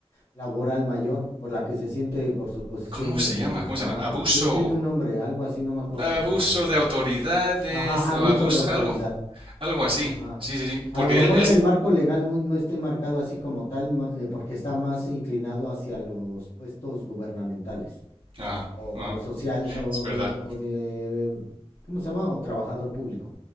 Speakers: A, on the left; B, on the right.
A: laboral mayor, por la que se siente por su posición
B: ¿Cómo
A: en
B: se llama?
A: el
B: ¿Cómo
A: trabajo.
B: se llama? Abuso.
A: Ti- Tiene un nombre, algo así, no me acuerdo
B: Abuso
A: cómo se llama, dice.
B: de autoridades
A: Ajá, abuso
B: o abuso,
A: de autoridad.
B: algo, algo así.
A: Ajá.
B: Sí, sí, sí. Porque
A: A lo mejor
B: él, él...
A: en el marco legal no, no esté marcado así como tal, ma- eh, porque está más inclinado hacia los puestos gubernamentales
B: Ajá,
A: o,
B: ajá.
A: o social o, o-
B: Es verdad.
A: o de, ¿cómo se llama? O trabajador público.